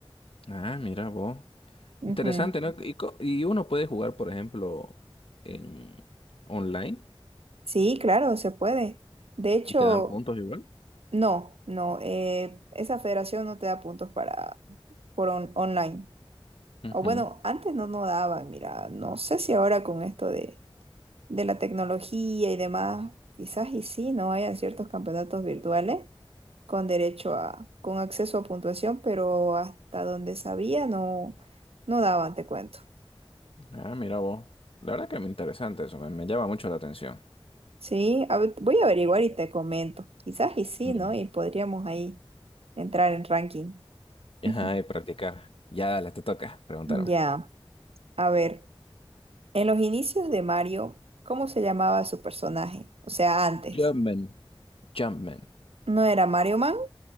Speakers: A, on the left; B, on the right.
A: Ah, mira vos.
B: Ujú.
A: Interesante, ¿no? Y, co- y uno puede jugar, por ejemplo, en online
B: Sí, claro, se puede. De hecho,
A: y te dan puntos igual.
B: no, no, eh, esa federación no te da puntos para por on- online.
A: Ujú.
B: O bueno, antes no nos daba, mira, no sé si ahora con esto de, de la tecnología y demás, quizás y sí, no hayan ciertos campeonatos virtuales con derecho a, con acceso a puntuación, pero hasta donde sabía no, no daban, te cuento.
A: Ah, mira vos. La verdad que me interesante eso, me, me llama mucho la atención.
B: Sí, a ver, voy a averiguar y te comento. Quizás y sí,
A: Mira.
B: ¿no? Y podríamos ahí. entrar en ranking. <laughs>
A: Ajá, y practicar. Ya, dale, te toca preguntarme.
B: Ya, a ver, en los inicios de Mario, ¿cómo se llamaba su personaje? O sea, antes.
A: Jumpman. Jumpman.
B: ¿No era Mario Man?